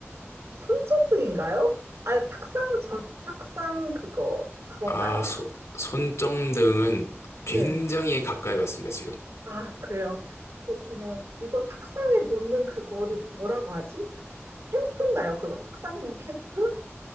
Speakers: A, on the right; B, on the left.
A: 손전등인가요? 아, 탁상 전, 탁상 그거, 그건가요?
B: 아, 소, 손전등은 굉장히
A: 네.
B: 가까이 왔습니다, 지금.
A: 아, 그래요. 그렇다면, 이거 탁상에 놓는 그거를 뭐라고 하지? 탁- 캠프인가요? 그거 탁상용 캠프?